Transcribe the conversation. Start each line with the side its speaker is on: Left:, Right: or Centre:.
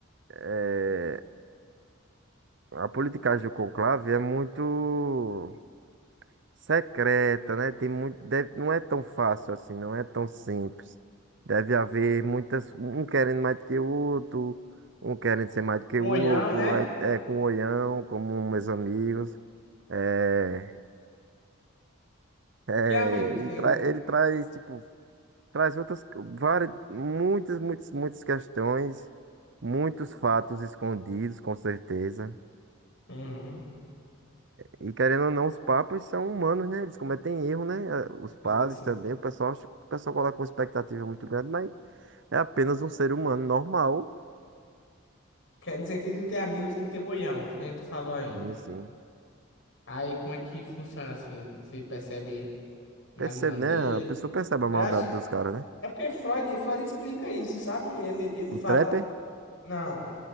Right: é, a politicagem do conclave é muito secreta, né? Tem muito, deve- não é tão fácil assim, não é tão simples. Deve haver muitas, um querendo mais do que o outro, um querendo ser mais do que
Left: Um
Right: o
Left: olhão,
Right: outro,
Left: né?
Right: aí é com o olhão, como meus amigos. É, é,
Left: Que amigos
Right: ele,
Left: tem?
Right: tra, ele traz, tipo, traz outras, várias, muitas, muitas, muitas questões, muitos fatos escondidos, com certeza.
Left: Uhum,
Right: E querendo ou não, os papas são humanos, né? Eles cometem erro, né? Ah, Os padres
Left: sim, sim.
Right: também, o pessoal acha, o pessoal coloca uma expectativa muito grande, mas é apenas um ser humano normal.
Left: Quer dizer que tu tem amigos que tem boião, que nem tu falou aí.
Right: Sim, sim.
Left: Aí como é que funciona assim? Você percebe na
Right: Percebe,
Left: visão dele?
Right: né? A pessoa percebe a
Left: Eu
Right: maldade
Left: acho.
Right: dos caras, né?
Left: É porque Freud, Freud explica isso, sabe? Ele, ele
Right: O
Left: fala.
Right: Trapper?
Left: Não,